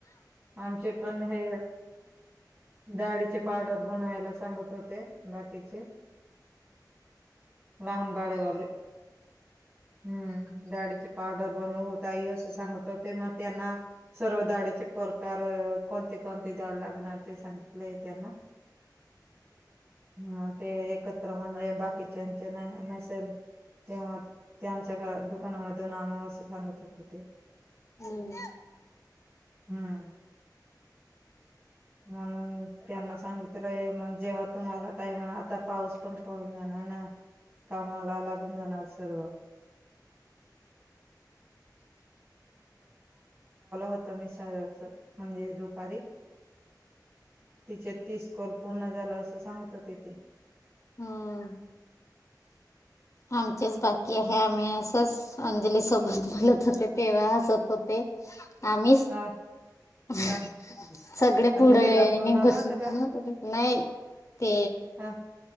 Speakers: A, on the right; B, on the left.
A: आमचे पण हे डाळी चे पावडर बनवायला सांगत होते बाकीचे लहान बाळेवाले हम्म डाळीचं पावडर ई अस सांगत होते मग त्यांना सर्व डाळीचे प्रकार कोणते कोण द्याव लागणार ते सांगितल त्यांना हा मग ते म्हणजे बाकीच्याचे नाही नसेल तेव्हा त्यां आमच्या दुकानामधून आणू असं सांगत होते ते
B: हम्म
A: हम्म म्हणून त्यांना सांगितलं जेव्हा तुम्हाला टाइम आता पाऊस पण पडून जाणार ना कामाला ला <unintelligible> लावलं होत मी स म्हणजे दुपारी तिचे तीस कॉल पूर्ण झालं असं सांगत होते ती
B: हम्म आमचेच बाकी आहे आम्ही असच अंजली सोबत बोलत होते तेव्हा हसत होते आमि
A: हा
B: सगळे
A: हा अंजलीला
B: पुढे
A: फोन लावला
B: बसून
A: होता का
B: नाही ते
A: हा